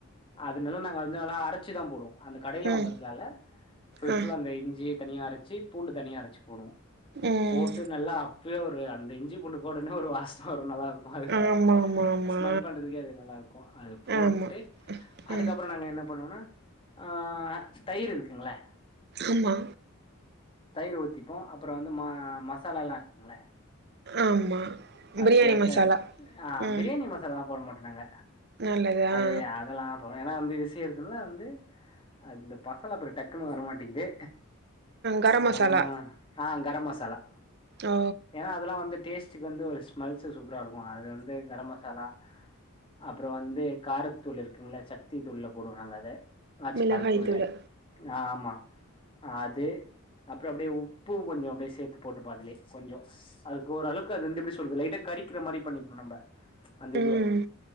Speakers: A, on the left; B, on the right.
A: அது நல்லா நாங்க வந்து நல்லா அரை ச்சு தா போடுவோ அந்த கடைல
B: ம்.
A: வாங்கறதுலால்ல ஃபுல்
B: ஆ.
A: ஃபுல் அந்த இஞ்சி தனியா அரச்சி பூண்டு தனியா அரச்சு போடுவோ
B: ம்.
A: போட்டு நல்லா அப் பியே ஒரு அந்த இஞ்சி புண்டு போட்டோனே ஒரு வஸ்ஸ வரு நல்லாருக்கு அது
B: ஆமாமாமா.
A: ஸ்மெல் பண்றதுக்கே அது நல்லாருக்கு அது போட்டு
B: ஆ. ஆமா.
A: அதுக்கப்பறோ
B: ம்.
A: நாங்க என்ன பண்ணுவோனா ஆ தயிரு இருக்குங்கள
B: ஆமா
A: தயிரு ஊத்திப்போ அப்றோ வந்து ம மசாலலா இருக்குங்கள
B: ஆமா
A: அதுக்கேத்த
B: பிரியாணி மசாலா.
A: ஆ
B: ம்.
A: ப்ரியாணி மசாலால போட மாட்டோ நாங்க
B: நல்லது ஆ
A: அது அதெல்லா அப்றோ ஏன்னா வந்து விஷியோருங்குனால வந்து அ இந்த பசல பேரு டக்குன்னு வரமாட்டேக்குது
B: கரம்
A: ஆ
B: மசாலா
A: ஆ கர மசாலா
B: ஓ
A: ஏன்னா அதெல்லா வந்து டேஸ்ட்டக்கு வந்து ஒரு ஸ்மெல்ஸ்ஸு சூப்பரா இருக்கு அது வந்து கரோ மசாலா அப்றோ வந்து காரத்தூள் இருக்குங்கள சக்தி தூள்ள போடுவோ நாங்க அத ஆச்சு
B: மிளகாய்
A: கருத்துள்ளு
B: தூளு
A: ஆ ஆமா அது அப்றோ அப்டியே உப்பு கொஞ்சோ அப்டியே சேத்து போட்டுப்போ அதுலியே கொஞ்சோ அதுக்கு ஒரு அளக்கு அது வந்து எப்டி சொல்லுது லைட்ட கறிக்கிற மாரி பண்ணிக்கிணு நம்ப அந்த
B: ம்
A: இதுவ